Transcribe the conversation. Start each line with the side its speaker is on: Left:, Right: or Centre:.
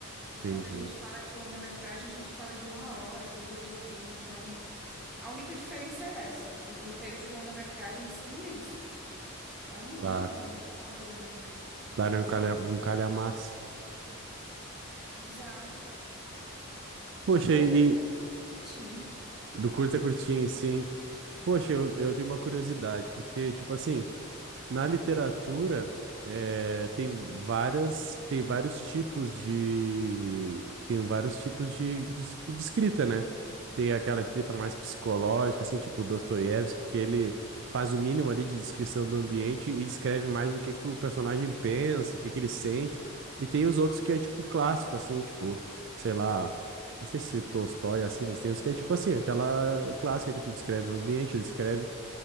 Centre: E
Right: entendi.
Centre: quando a gente fala de longa-metragem, a gente fala de uma hora, duas de filme, então. A única diferença é essa. Os roteiros de longa-metragem eles são imensos. É um livro,
Right: Claro.
Centre: é uma obra, né?
Right: Claro,
Centre: E
Right: é
Centre: os
Right: um calha,
Centre: de
Right: um
Centre: curtas,
Right: calhamaço.
Centre: exato.
Right: Poxa,
Centre: De curta
Right: e
Centre: é
Right: e
Centre: curtinho.
Right: do curto a curtinho, sim. Poxa, eu, eu tenho uma curiosidade, porque, tipo assim, na literatura, eh, tem várias, tem vários tipos de, tem vários tipos de, de, es- de escrita, né? Tem aquela escrita mais psicológica, assim, tipo Dostoiévski, que ele faz o mínimo ali de descrição do ambiente e descreve mais o que que o personagem pensa, o que que ele sente. E tem os outros que é tipo clássico, assim, tipo, sei lá, não sei se Tolstói é assim, mas tem os que é tipo assim, aquela clássica que tu descreve o ambiente, descreve